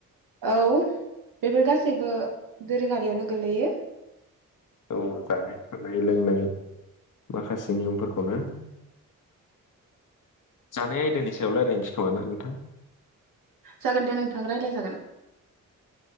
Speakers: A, on the right (about 75°); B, on the left (about 65°).
A: औ बेफोर गासैबो दोरोङारियावनो गोलैयो
B: औ जानाय थानाय लोंनाय माखासे नियमफोरखौनो जानाय आयदानि सायाव रायलायनोसै खोमाना नोंथां
A: जागोन दे नोंथां रायलाय जागोन